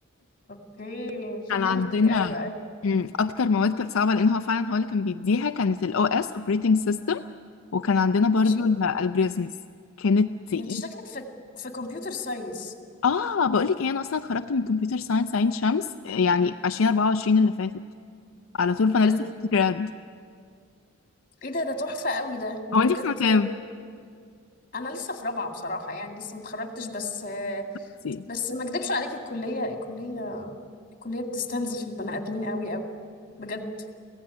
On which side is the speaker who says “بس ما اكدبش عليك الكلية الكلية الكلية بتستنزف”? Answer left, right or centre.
Left